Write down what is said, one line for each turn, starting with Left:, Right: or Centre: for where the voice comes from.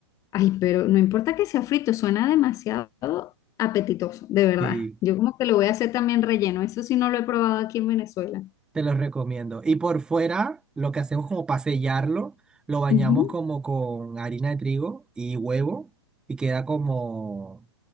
Left: Ay, pero no importa que sea frito, suena demasiado apetitoso, de verdad.
Centre: Sí,
Left: Yo como que lo voy a hacer también relleno, eso sí no lo he probado aquí en Venezuela.
Centre: te lo recomiendo. Y por fuera, lo que hacemos como para sellarlo, lo bañamos
Left: Ujú.
Centre: como con harina de trigo y huevo y queda como,